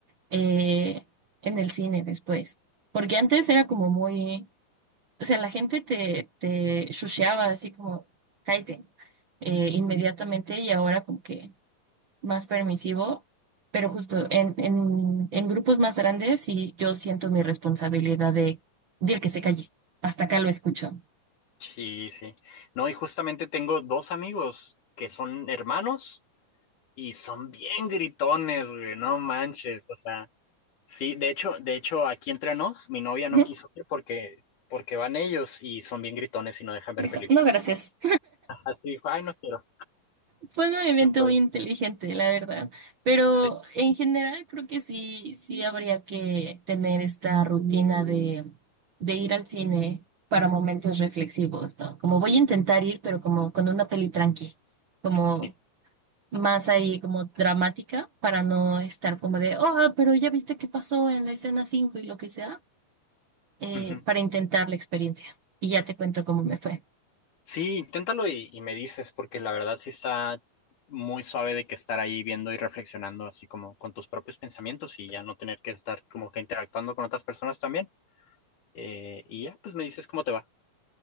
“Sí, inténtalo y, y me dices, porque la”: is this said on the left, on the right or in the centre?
Left